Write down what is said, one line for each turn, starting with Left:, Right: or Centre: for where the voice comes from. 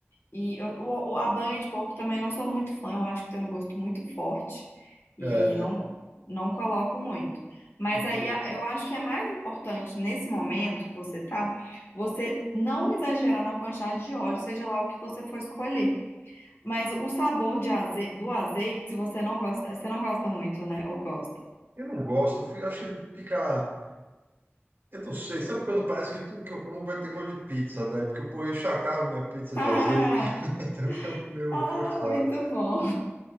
Left: E eu, o, o- a banha de porco também não sou muito fã, eu acho que tem um gosto muito forte e
Right: é, né?
Left: não, não coloco muito. Mas
Right: uhum.
Left: aí a- eu acho que é mais importante nesse momento que você tá, você não exagerar na quantidade de óleo, seja lá o que você for escolher. Mas o sabor de aze- do azeite, se você não gosta, você não gosta muito, né? Ou gosta?
Right: Eu não gosto, eu fico- acho que ele fica, eu não sei, sabe quando parece que tudo que eu como vai ter gosto de pizza, daí, porque eu, pô, eu encharcava minha pizza
Left: <laughs>
Right: de azeite, <laughs> então fica meio
Left: Ah,
Right: forçado.
Left: ah, muito bom.